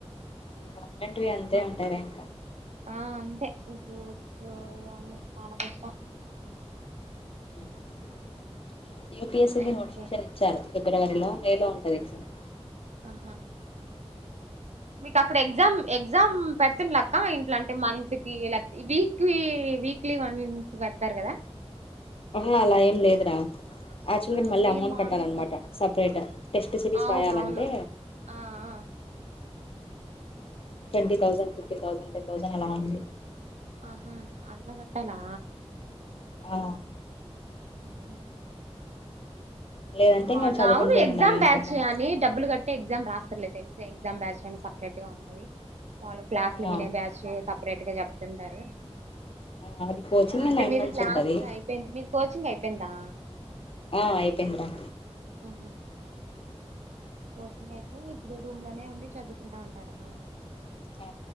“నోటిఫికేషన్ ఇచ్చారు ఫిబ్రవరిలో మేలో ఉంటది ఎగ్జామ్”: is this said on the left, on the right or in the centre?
Left